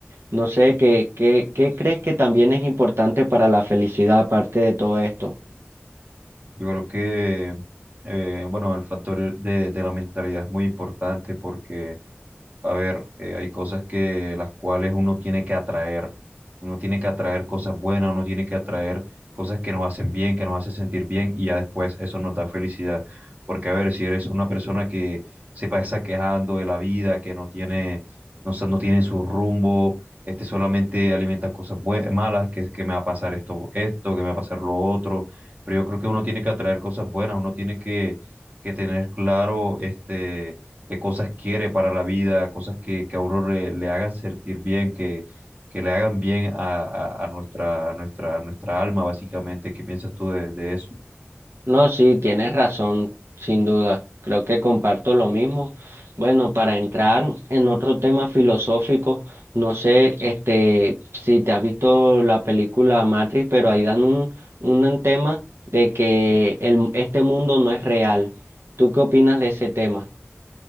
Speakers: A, on the right; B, on the right.
A: No sé, ¿qué, qué, qué crees que también es importante para la felicidad aparte de todo esto?
B: Yo creo que, eh, bueno, el factor de, de la mentalidad es muy importante porque, a ver, eh, hay cosas que las cuales uno tiene que atraer. Uno tiene que atraer cosas buenas, uno tiene que atraer cosas que nos hacen bien, que nos hacen sentir bien y ya después eso nos da felicidad. Porque, a ver, si eres una persona que se pasa quejando de la vida, que no tiene, no, sa- no tiene su rumbo, este solamente alimenta cosas bue- malas, que, que me va a pasar esto, esto, que me va a pasar lo otro pero yo creo que uno tiene que atraer cosas buenas, uno tiene que, que tener claro este, qué cosas quiere para la vida, cosas que, que a uno le, le hagan sentir bien, que, que le hagan bien a, a- a nuestra, a nuestra, a nuestra alma, básicamente. ¿Qué piensas tú de, de eso?
A: No, sí, tienes razón, sin duda. Creo que comparto lo mismo. Bueno, para entrar en otro tema filosófico, no sé, este, si te has visto la película Matrix, pero ahí dan un, un tema de que el, este mundo no es real. ¿Tú qué opinas de ese tema?